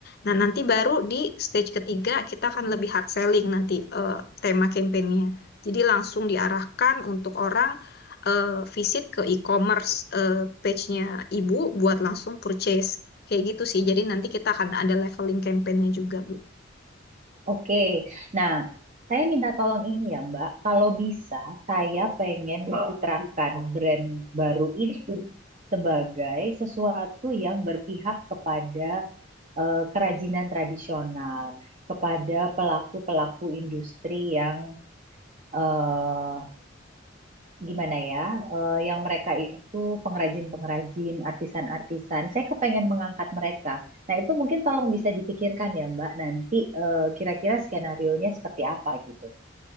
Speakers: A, on the left; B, on the right.
A: Nah, nanti baru di stage ketiga kita akan lebih hard selling nanti eh, tema campaign-nya. Jadi langsung diarahkan untuk orang eh, visit ke e-commerce eh, page-nya ibu buat langsung purchase. Kayak gitu sih. Jadi nanti kita akan ada leveling campaign-nya juga.
B: Oke, nah saya minta tolong ini ya Mbak, kalau bisa saya pengen mencitrakan brand baru ini sebagai sesuatu yang berpihak kepada eh, kerajinan tradisional, kepada pelaku-pelaku industri yang eh, gimana ya, eh, yang mereka itu pengrajin-pengrajin, artisan-artisan. Saya kepengen mengangkat mereka. Nah, itu mungkin tolong bisa dipikirkan ya, Mbak, nanti eh, kira-kira skenario-nya seperti apa gitu.